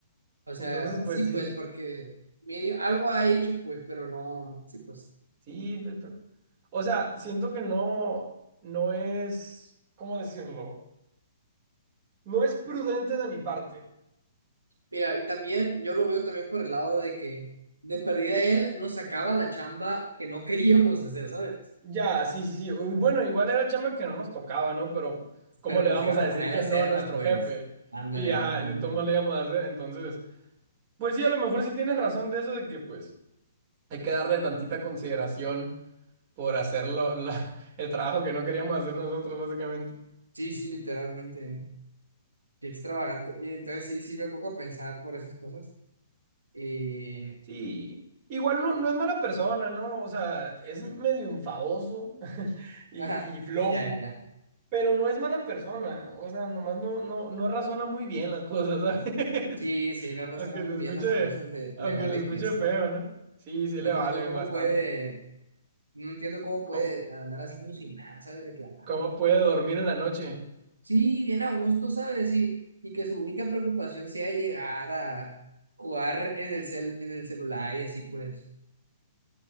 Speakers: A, on the right (about 75°); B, on the right (about 25°).
A: O sea,
B: Entonces, pues
A: sí,
B: sí,
A: pues porque medio, algo ha hecho, pues, pero no, sí, pues.
B: sí, pe- pero... O sea, siento que no, no es, ¿cómo decirlo? No es prudente de mi parte.
A: Mira, y también yo lo veo también por el lado de que de perdida él nos sacaba la chamba que no <laughs> queríamos hacer, ¿sabes?
B: Ya, sí, sí, sí. Uy, Bueno, igual era chamba que no nos tocaba, ¿no? Pero, ¿cómo
A: Pero
B: le
A: nos
B: vamos
A: iban
B: a
A: a
B: decir
A: poner
B: que
A: a hacerla,
B: no a nuestro
A: pues.
B: jefe?
A: Ándale,
B: Sí, ajá,
A: ándale, ándale.
B: de todos modos le íbamos a hacer. Entonces, pues sí, a lo mejor sí tienes razón de eso de que, pues, hay que darle tantita consideración por hacer lo- la- <laughs> el trabajo que no queríamos hacer nosotros, básicamente.
A: Sí, sí, literalmente. Qué extravagante. Y entonces sí, sí me pongo a pensar por esas cosas. Y...
B: Sí, Igual no, no es mala persona, ¿no? O sea, es medio enfadoso <laughs>
A: <laughs>
B: y,
A: Ajá,
B: y flojo,
A: ya, ya, ya.
B: pero no es mala persona. O sea, nomás no, no, no razona muy bien las cosas, ¿sabes?
A: Sí,
B: <laughs>
A: sí, no razona
B: Aunque
A: muy
B: se
A: bien
B: escuche,
A: las cosas, le,
B: aunque
A: le vale
B: se escuche
A: que eso,
B: feo,
A: ¿no?
B: ¿no? Sí, sí
A: No
B: le
A: entiendo
B: valen
A: cómo
B: bastante.
A: puede, no entiendo cómo
B: ¿Cómo,
A: puede andar así como sin nada, ¿sabes? De claro.
B: cómo puede dormir en la noche?
A: Sí, bien a gusto, ¿sabes? Y, y que su única preocupación sea llegar a jugar en el cel, en el celular y así pues.